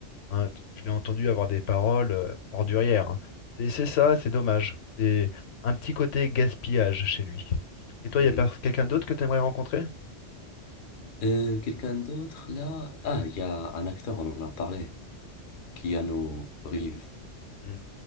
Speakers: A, on the left (about 80°); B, on the left (about 50°).
A: hein. T- Je l'ai entendu avoir des paroles euh, ordurières. hein. C'est c'est ça, c'est dommage. C'est un petit côté gaspillage chez lui. Et toi, il
B: Hmm.
A: y a pers- quelqu'un d'autre que tu aimerais rencontrer?
B: Euh, quelqu'un d'autre là? Ah, il y a un acteur, on en a parlé, Keanu Reeves.
A: Hmm.